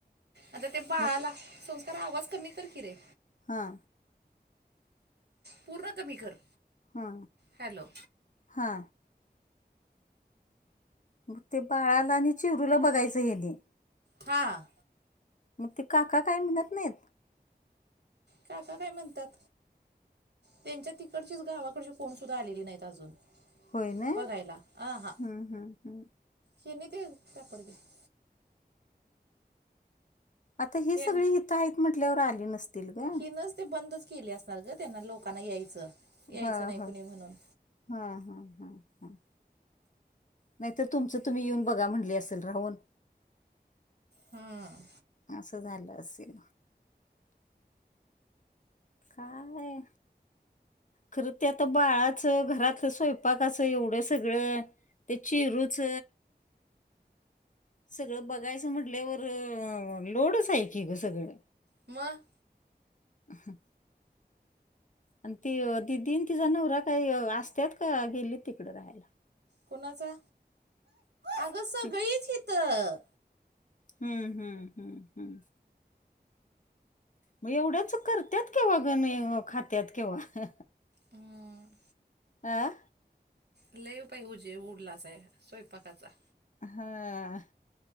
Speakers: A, on the right; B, on the left.
A: आता ते बाळाला
B: मग
A: संस्कार आवाज कमी कर की रे.
B: हां
A: पूर्ण कमी कर.
B: हा.
A: हॅलो
B: हा. मग ते बाळाला आणि चिरुला बघायचं त्यांनी.
A: हां.
B: मग ते काका काय म्हणत नाहीत.
A: काका काय म्हणतात. त्यांच्या तिकडचीच गावाकडची कोण सुद्धा आलेली नाहीत अजून.
B: होय ना?
A: बघायला आ हा
B: हं, हं, हं.
A: शेनी ते पड <unintelligible>
B: आता ही
A: हेन
B: सगळी हितं आहेत म्हंटल्यावर आली नसतील का?
A: हिनच ते बंदच केले असणार ग त्यांना लोकांना यायचं. यायचं
B: हा
A: नाही
B: हा
A: कुणी म्हणून
B: हा हा. हा हा. नाही तर तुमचं तुम्ही येऊन बघा म्हणले असेल राहून.
A: हम्म.
B: असं झालं असेल काय खरं ते आता बाळाचं घरातलं स्वयंपाकाचं एवढं सगळं. ते चीरुच सगळं बघायचं म्हटल्यावर लोडच हाय की ग सगळं.
A: मग.
B: हम आणि ती दीदीं तिचा नवरा काही असत्यात का गेली तिकड राहायला.
A: कोणाचा अग सगळीच
B: ती
A: हितं.
B: हम्म हम्म हम्म. मग एवढ्याच करतत केव्हा गमी खात्यात केव्हा
A: हम
B: आं
A: लेय पाहि उजे उरलाच आहे स्वयंपाकाचा.
B: हा